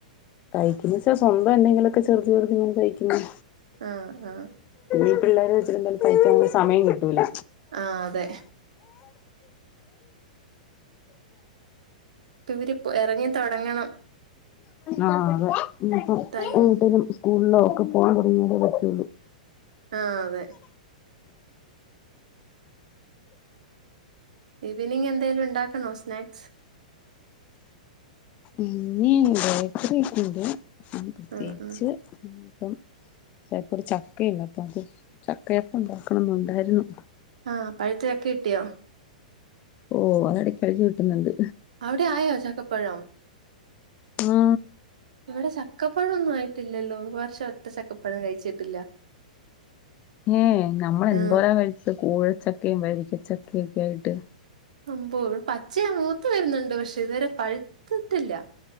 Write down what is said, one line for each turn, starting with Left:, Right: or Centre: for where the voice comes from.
Left: തയ്ക്കുന്നേച്ച സ്വന്തം പ്പന്തങ്കിലൊക്കെചെറുത് ചെറുത് ഇങ്ങനെ തയ്ക്കുന്നു
Right: ആഹ് ആഹ്
Left: ഈ പിള്ളേരെ വെച്ചന്തായാലും തയ്ക്കാൻ സമയം കിട് ട്ടൂല
Right: ആ അതെ ഇപ്പ ഇവര് എറങ്ങിത്തൊടങ്ങണം
Left: ആ അതെ ഇഞ്ഞ്പ്പം
Right: ടൈം
Left: എങ്ങോട്ടേലും സ്കൂളിലോ ഒക്കെ പോകാൻ തൊടങ്ങിയാലെ പറ്റൊള്ളൂ
Right: ആ അതെ ഈവനിങ് എന്തേലും ഉണ്ടാക്കണോ സ്നാക്സ്
Left: ഉം ഇനി ബെകൃതുണ്ട് മും പ്രത്യേകിച്ച്
Right: ആഹ് ആഹ്
Left: അപ്പം ദേ ഇപ്പോരു ചക്കയുണ്ട് അപ്പ അത് ചക്കയപ്പം ഉണ്ടാക്കണംന്ന് ഉണ്ടാരുന്നു
Right: ആ പഴുത്ത ചക്ക കിട്ടിയോ
Left: ഓ അതിടക്ക് ഇടക്ക് കിട്ടുന്നുണ്ട്
Right: അവിടെ ആയോ ചക്കപ്പഴം
Left: ആ
Right: ഇവിടെ ചക്കപ്പഴൊന്നും ആയിട്ടില്ലല്ലോ ഈ വർഷം ഒറ്റ ചക്കപ്പഴം കഴിച്ചിട്ടില്ല
Left: ഉം നമ്മള് എന്തോരം
Right: ആഹ്
Left: കഴിച്ചത് കൂഴച്ചക്ക വരിക്ക ചക്കൊക്കെ ആയിട്ട്
Right: ആമ്പോ പച്ചയാ മൂത്ത് വരുന്നുണ്ട് പക്ഷെ ഇതുവരെ പഴുത്തിട്ടില്ല